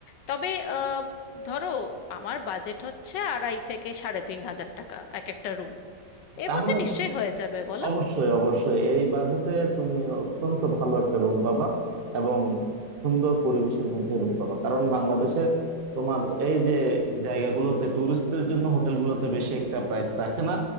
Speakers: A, on the left (about 75°); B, on the right (about 40°).
A: তবে আহ, ধরো আমার বাজেট হচ্ছে আড়াই থেকে সাড়ে তিন হাজার টাকা এক একটা রুম এর
B: তাহলে
A: মধ্যে নিশ্চয়ই হয়ে যাবে বলো
B: অবশ্যই অবশ্যই এই বাজেটে তুমি অত্যন্ত ভালো একটা রুম পাবা এবং সুন্দর পরিবেশের মধ্যে রুম পাবা কারণ বাংলাদেশে তোমার এই যে জায়গাগুলোতে ট্যুরিস্টদের জন্য হোটেলগুলোতে বেশি একটা প্রাইস রাখে না